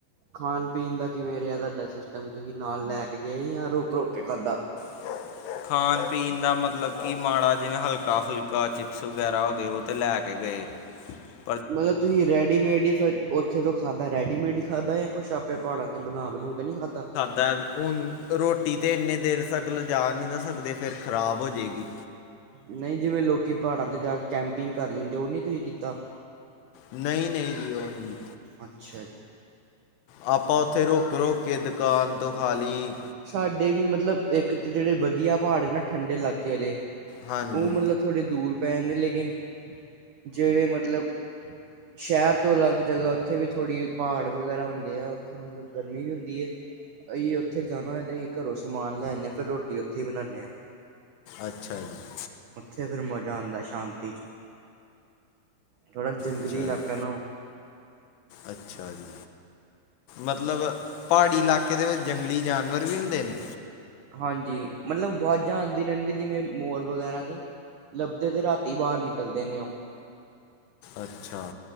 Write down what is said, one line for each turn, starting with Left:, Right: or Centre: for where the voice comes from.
Right: ਖਾਣ-ਪੀਣ ਦਾ ਕਿਵੇਂ ਰਿਹਾ ਤੁਹਾਡਾ ਸਿਸਟਮ, ਤੁਸੀਂ ਨਾਲ ਲੈ ਕੇ ਗਏ ਜਾਂ ਰੁਕ-ਰੁਕ ਕੇ ਖਾਧਾ।
Left: <unintelligible> ਖਾਣ-ਪੀਣ ਦਾ ਮਤਲਬ ਕਿ ਮਾੜਾ ਜਿਹਾ ਹਲਕਾ-ਫੁਲਕਾ ਚਿਪਸ ਵਗੈਰਾ ਹੋ ਗਏ, ਉਹ ਤੇ ਲੈ ਕੇ ਗਏ। <unintelligible>
Right: ਮਤਲਬ ਤੁਸੀਂ ਰੈਡੀਮੇਡ ਹੀ ਫਿਰ ਉੱਥੇ ਜੋ ਖਾਧਾ ਰੈਡੀਮੇਡ ਹੀ ਖਾਧਾ ਯਾ ਕੁਛ ਆਪੇ ਪਹਾੜਾਂ ਤੇ ਬਣਾ ਬੁਣਾ ਕੇ ਨੀ ਖਾਧਾ।
Left: ਦ ਹੁਣ ਰੋਟੀ ਤਾਂ ਇੰਨੇ ਦੇਰ ਤੱਕ ਲਿਜਾ ਨੀ ਨਾ ਸਕਦੇ, ਫਿਰ ਖ਼ਰਾਬ ਹੋ ਜੇਗੀ।
Right: ਨਹੀਂ ਜਿਵੇਂ ਲੋਕੀ ਪਹਾੜਾਂ ਤੇ ਜਾ ਕੇ ਕੈਂਪਿੰਗ ਕਰ ਲੈਂਦੇ, ਉਹ ਨਹੀਂ ਤੁਸੀਂ ਕੀਤਾ।
Left: ਨਹੀਂ- ਨਹੀਂ ਜੀ, ਉਹ ਨੀ ਕੀਤਾ।
Right: ਅੱਛਾ ਜੀ।
Left: ਆਪਾਂ ਉੱਥੇ ਰੁਕ-ਰੁਕ ਕੇ ਦੁਕਾਨ ਤੋਂ ਖਾਲੀ।
Right: ਸਾਡੇ ਵੀ ਮਤਲਬ ਇੱਕ ਤਾਂ ਜਿਹੜੇ ਵਧੀਆ ਪਹਾੜ ਏ ਨਾ ਠੰਡੇ ਇਲਾਕੇ ਵਾਲੇ,
Left: ਹਾਂਜੀ
Right: ਉਹ ਮਤਲਬ ਥੋੜ੍ਹੇ ਦੂਰ ਪੈ ਜਾਂਦੇ ਲੇਕਿਨ, ਜਿਹੜੇ ਮਤਲਬ ਸ਼ਹਿਰ ਤੋਂ ਅਲੱਗ ਜਗ੍ਹਾ, ਉੱਥੇ ਵੀ ਥੋੜੀ ਪਹਾੜ ਵਗੈਰਾ ਹੁੰਦੇ ਆ। ਮਤਲਬ ਗਰਮੀ ਵੀ ਹੁੰਦੀ ਏ, ਅਸੀ ਉ ਉੱਥੇ ਜਾਣਾ ਹੋਏ, ਤੇ ਅਸੀ ਘਰੋਂ ਸਮਾਨ ਲੈਨੇ ਹਾਂ, ਫਿਰ ਰੋਟੀ ਉੱਥੇ ਹੀ ਬਣਾਣੇ ਹਾਂ।
Left: ਅੱਛਾ ਜੀ।
Right: ਉੱਥੇ ਅਗਰ ਮਜ਼ਾ ਆਉਂਦਾ ਸ਼ਾਂਤੀ ਚ ਥੋੜਾ ਜੰਗਲੀ
Left: ਅੱਛਾ
Right: ਇਲਾਕਾ
Left: ਜੀ
Right: ਨਾ ਉਹ
Left: ਅੱਛਾ ਜੀ। ਮਤਲਬ ਪਹਾੜੀ ਇਲਾਕੇ ਦੇ ਵਿੱਚ ਜੰਗਲੀ ਜਾਨਵਰ ਵੀ ਹੁੰਦੇ ਨੇ?
Right: ਹਾਂਜੀ ਮਤਲਬ, ਵਾਜ਼ਾਂ ਆਂਦੀ ਰਹਿੰਦੀ ਜਿਵੇਂ ਮੋਰ ਵਗ਼ੈਰਾ ਨੀ ਲੱਬਦੇ ਤੇ ਰਾਤੀ ਬਾਹਰ ਨਿਕਲਦੇ ਨੇ ਉਹ
Left: ਅੱਛਾ,